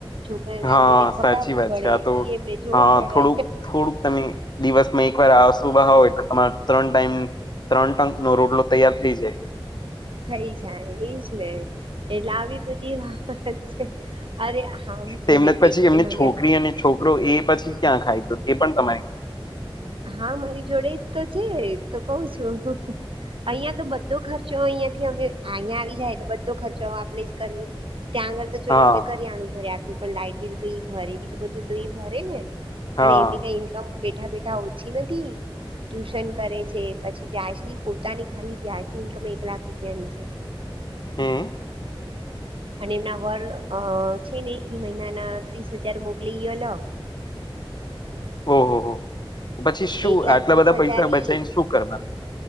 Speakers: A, on the right; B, on the left.
A: છોકરાને રાંધીને
B: હા
A: ખવડાવવું
B: સાચી વાત
A: પડે
B: છે આ તો
A: ઈ એમને જોર
B: હા
A: ચડે.
B: થોડુંક થોડુંક તમે દિવસમાં એક વાર આવશો ઉભા હોય તમારે ત્રણ ટાઈમ ત્રણ ટંક નો રોટલો તૈયાર થઈ જાય.
A: થઈ જાય એજ ને એટલે આવી બધી વાત છે. અરે હમ છે
B: તેમને
A: ન કે
B: પછી
A: કે
B: એમની
A: મણ્યા.
B: છોકરી અને છોકરો એ પછી ક્યાં ખાય તો એ પણ તમારે.
A: હા મારી જોડે તો છે તો કવ છું. અહિયાં તો બધો ખર્ચો અહિયાં થી અમે અહીંયા આવી જાય એટલે બધો ખર્ચો આપણેે જ કરીએ. ત્યાં આગળ તો ચાલ
B: હા
A: આપડે કરી આણું ભરે આપ્યું પણ લાઈટ બિલ તો ઈ ભરે બીજું બધું તો ઈ ભરે ને.
B: હા
A: અને એમની કઈ ઈન્કમ બેઠા બેઠા ઓછી નથી. ટ્યુશન કરે છે પછી વ્યાજની પોતાની ખાલી વ્યાજની ઈન્કમ એક લાખ રૂપિયાની છે. <inaudible>
B: હમ.
A: <inaudible> અને એમના વર છે ને ઈ મહિના ના ત્રીસ હજાર મોકલી અલગ.
B: ઓહો હો પછી શું
A: એક લાખ
B: આટલા
A: ત્રીસ
B: બધા પૈસા
A: હજાર
B: બચીને
A: ઈ
B: શું કરવાનું.